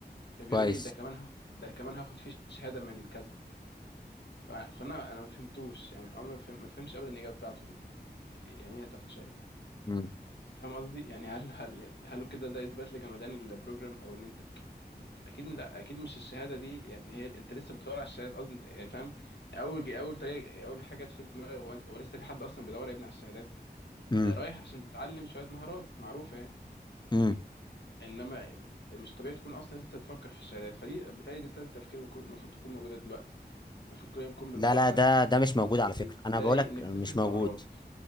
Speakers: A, on the left; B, on the left.
A: فبيقول
B: كويس
A: لي ده كمان هاخد ده كمان هاخد فيه شهاده من كذا ف- فانا انا ما فهمتوش يعني عمري ما فهم ما فهمتش ابدا الاجابه بتاعته دي يعني ايه هتاخد شهاده
B: امم
A: فاهم قصدي يعني هل هل هل كده ده اثبات لجمدان البروجرام او ان انت اكيد لا اكيد مش الشهاده دي يعني هي انت لسه بتدور على الشهادات قصدي انت يعني فاهم اول اول طريقه اول حاجه جت في دماغي هو انت هو لسه في حد اصلا بيدور يا ابني على الشهادات
B: امم
A: انت رايح عشان تتعلم شويه مهارات معروفه يعني
B: امم
A: انما مش طبيعي تكون اصلا لسه تفكر في الشهادات فدي بالتالي دي طريقه تفكير المفروض المفروض تكون موجوده دلوقتي المفروض كلنا نكون بنفكر
B: لا لا ده ده مش موجود على فكره
A: ازاي
B: انا بقولك
A: نكتسب
B: مش موجود
A: مهارات